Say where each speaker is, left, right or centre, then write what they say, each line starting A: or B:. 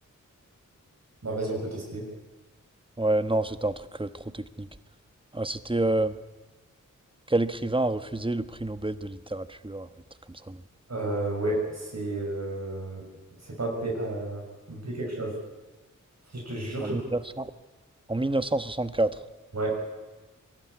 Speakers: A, on the right; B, on the right.
A: bah, vas-y, on peut tester.
B: Ouais, non, c'était un truc euh, trop technique. Ah, c'était euh, quel écrivain a refusé le prix Nobel de littérature, un truc comme ça.
A: Euh, ouais, c'est euh, c'est pas B, euh, B quelque chose. Si je te jure, je.
B: En 1900 en 1964.
A: Ouais.